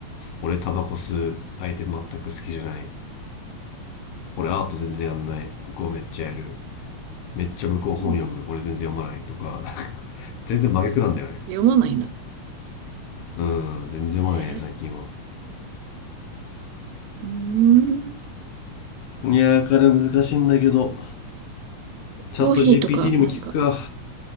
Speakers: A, on the left (about 75°); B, on the right (about 80°).
A: 俺タバコ吸う相手全く好きじゃない俺アート全然やんない向こうめっちゃやるめっちゃ向こう本読む俺全然読まないとかなんか
B: うん
A: <laughs> 全然真逆なんだよね
B: 読まないんだ。
A: うん全然読まないね最近は
B: えー、うーん。
A: いやーから難しいんだけどチャット
B: コーヒーとか、
A: GPT にも聞くか
B: なんか、